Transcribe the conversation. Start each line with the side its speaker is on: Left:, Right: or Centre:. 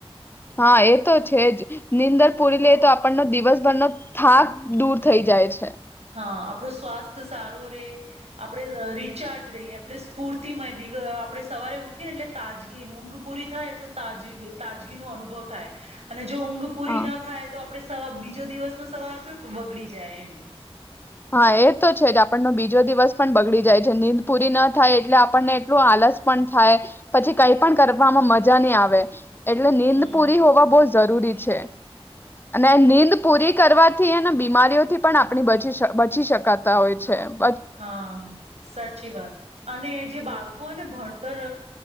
Left: હા એ તો જ છે જ નીંદર પૂરી લઈ તો આપણનો દિવસભરનો થાક દૂર થઈ જાય છે.
Right: હા આપણું સ્વાસ્થ્ સારું રે આપણે રીચાર્જ રહીએ સ્ફૂર્તિમય દીવ આપણે સવારે ઉઠી ને એટલે તાજગી ઊંઘ પૂરી થાય તોાજ તાજગીનો અનુભવ થાય અને જો ઊંઘ પૂરી
Left: હા
Right: ના થાય તો આપડે સવાર બીજો દિવસ ન સવાર બગડી જાય એમ
Left: હા એ તો છે જ આપણનો બીજો દિવસ પણ બગડી જાય છે ન નીંદ પૂરી ના થાય એટલે આપણને એટલું આલસ પણ થાય પછી કઈ પણ કરવામાં મજા નહી આવે એટલે નીંદ
Right: હમ
Left: પૂરી હોવા બહુ જરૂરી છે અને નીંદ પૂરી કરવા થી એ બીમારીઓથી પણ આપણી બચી શકી બચી શકાતા હોય છે એમ
Right: હા સાચી વાત અને એ જે બાળકો હો ને ભણ ભતર